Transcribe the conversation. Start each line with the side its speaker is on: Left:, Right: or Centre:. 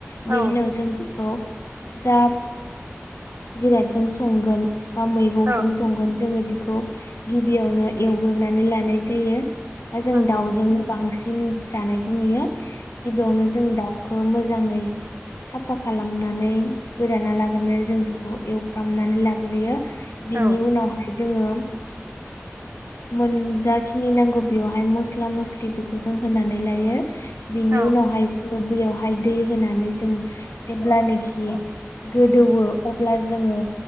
Right: औ
Left: बेनि उनाव जों बेखौ जा जिरादजों संगोन बा मैगंजों
Right: औ
Left: संगोन जोङो बेखौ गिबियावनो एवग्रोनानै लानाय जायो बा जों
Right: नंगौ
Left: दाउजोंनो बांसिन जानायखौ नुयो गिबियावनो जों दाउखौ मोजां मोजांङै साफा खालामनानै गोदाना लाग्रोनानै जों बेखौ एवफ्रामनानै लाग्रोयो बिनि
Right: औ
Left: उनावहाय जोङो मोन जाखिनि नांगौ बेवहाय मस्ला मस्लि बेखौ जों होनानै लायो बिनि
Right: औ
Left: उनावहाय जोङो बैयावहाय दै होनानै जों जेब्लानाखि गोदौवो अब्ला जोङो